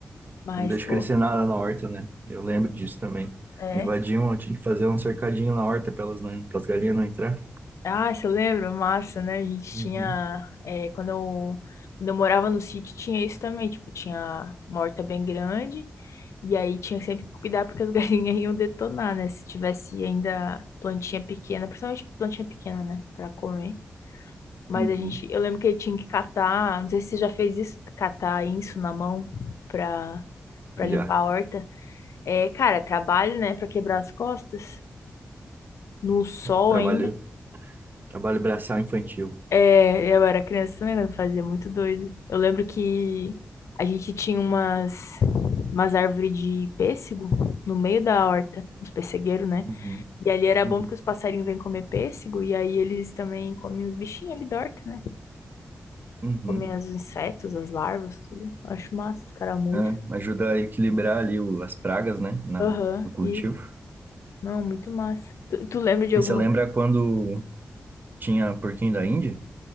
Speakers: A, on the left (about 85°); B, on the right (about 40°).
A: Mas,
B: Não deixa
A: pô.
B: crescer nada na horta, né? Eu lembro disso também.
A: É.
B: Invadiam, eu tinha que fazer um cercadinho na horta para elas não, para as galinhas não entrar.
A: Ah, você lembra? Massa, né? A gente
B: Uhum.
A: tinha. é, quando eu, quando eu morava no sítio, tinha isso também. Tipo, tinha uma horta bem grande. E aí tinha que sempre cuidar porque as <laughs> galinhas iam detonar, né? Se tivesse ainda plantinha pequena, principalmente plantinha pequena, né? Pra comer. Mas
B: Uhum.
A: a gente. Eu lembro que eu tinha que catar. Não sei se você já fez isso, catar isso na mão pra, pra
B: Já.
A: limpar a horta. É, cara, trabalho, né? Pra quebrar as costas. No sol
B: Trabalho,
A: ainda.
B: trabalho braçal infantil.
A: É, eu era criança também, quando fazia muito doido. Eu lembro que a gente tinha umas, umas árvores de pêssego no meio da horta, uns pessegueiros, né?
B: Uhum.
A: E ali era
B: Uhum.
A: bom porque os passarinhos vêm comer pêssego e aí eles também comem os bichinhos ali da horta, né?
B: Uhum.
A: Comem os insetos, as larvas, tudo. Acho massa, os caramujos.
B: É, ajuda a equilibrar ali o- as pragas, né, na,
A: Aham,
B: no cultivo.
A: e... Não, muito massa. Tu, tu lembra de alguma...
B: E você lembra quando tinha porquinho da Índia?